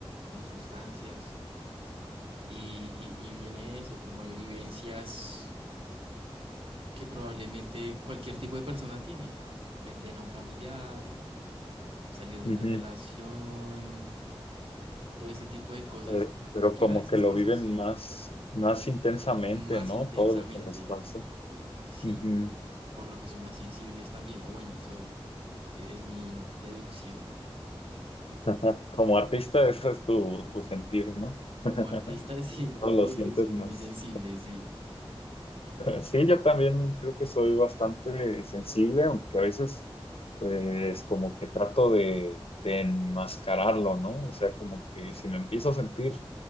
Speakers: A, on the right; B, on the left.
A: con sustancias y, y, y viene eso, como de vivencias que probablemente cualquier tipo de persona tiene, perder a un familiar, salir de
B: ujú.
A: una relación, todo ese tipo de cosas,
B: Pero, pero
A: cualquiera
B: como
A: de esas
B: que lo
A: cosas,
B: viven más, más intensamente,
A: más
B: ¿no?
A: intensamente,
B: Todo lo que les pasa.
A: sí,
B: Ujú.
A: por lo que son más sensibles también, o bueno, eso e- es mi deducción.
B: <laughs> Como artista, ese es tu, tu sentir, ¿no?
A: Como
B: <laughs>
A: artista <laughs> siento
B: Todo lo
A: que
B: sientes
A: soy
B: más.
A: muy sensible, sí,
B: Sí, yo también creo que soy bastante sensible, aunque a veces, pues, como que trato de, de enmascararlo, ¿no? O sea, como que si me empiezo a sentir